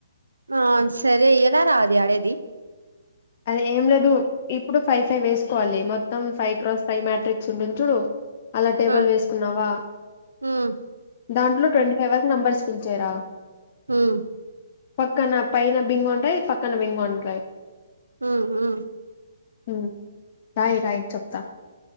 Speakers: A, on the right; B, on the left.
A: ఆ సరే ఎలా రా అది ఆడేది
B: అదేంలేదు ఇప్పుడు ఫైవ్ ఫైవ్ వేసుకోవాలి మొత్తం ఫైవ్ క్రాస్ ఫైవ్ మ్యాట్రిక్స్ ఉంటుంది చూడు అలా టేబుల్
A: ఆ
B: వేసుకున్నావా
A: ఉమ్
B: దాంట్లో ట్వంటీ ఫైవ్ వరకు నెంబర్స్ ఉంచేరా
A: హ్మ్మ్
B: పక్కన పైన బింగోఉంటై పక్కన బింగండ్రయి
A: హ్మ్ హ్మ్
B: హ్మ్ రాయి రాయి చెప్తా